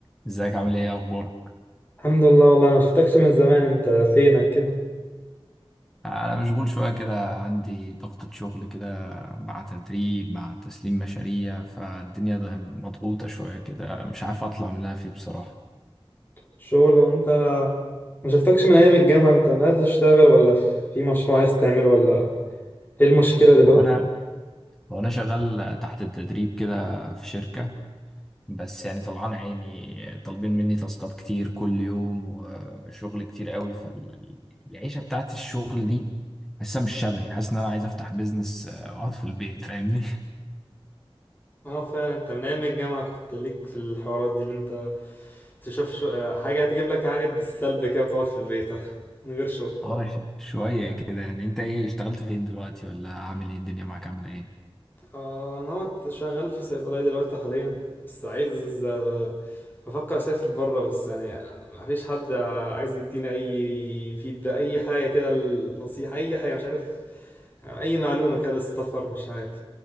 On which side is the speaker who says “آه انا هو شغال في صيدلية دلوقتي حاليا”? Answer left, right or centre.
Left